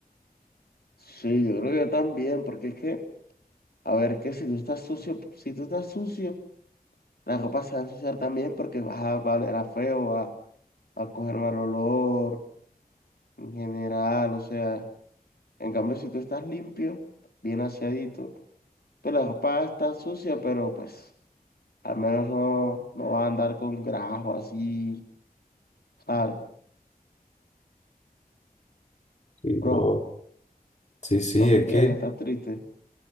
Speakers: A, on the left (about 75°); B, on the left (about 45°).
A: Sí, yo creo que yo también, porque es que, a ver, que si tú estás sucio, si tú estás sucio, la ropa se va a ensuciar también porque vas a, va a oler a feo, va, va a coger mal olor en general, o sea, en cambio si tú estás limpio, bien aseadito, pues la ropa está sucia, pero pues... Al menos no, no vas a andar con grajo así, ¿sabes?
B: Sí, bro.
A: Bro,
B: Sí, sí,
A: lo que
B: es
A: tienes,
B: que,
A: estás triste.